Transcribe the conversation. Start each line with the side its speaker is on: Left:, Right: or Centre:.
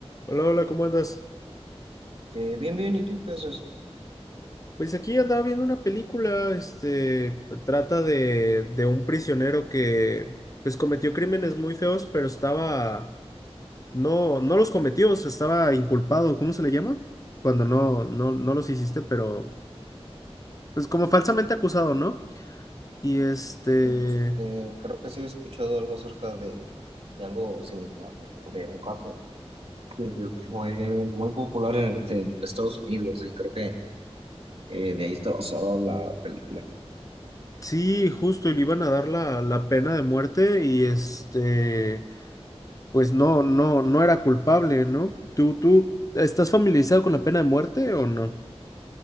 Left: Hola, hola, ¿cómo andas?
Right: Eh, bien, bien, ¿y tú qué haces?
Left: Pues aquí andaba viendo una película, este, trata de, de un prisionero que, pues, cometió crímenes muy feos, pero estaba, no, no los cometió, se estaba inculpado, ¿cómo se le llama? Cuando no, no, no los hiciste, pero, pues, como falsamente acusado, ¿no? Y este,
Right: Este, creo que sí he escuchado algo acerca de, de algo similar, o de un caso que fue muy popular en, en Estados Unidos y creo que eh, de ahí está basada la película.
Left: sí, justo, y le iban a dar la, la pena de muerte y este, pues, no, no, no era culpable, ¿no? ¿Tú, tú estás familiarizado con la pena de muerte o no?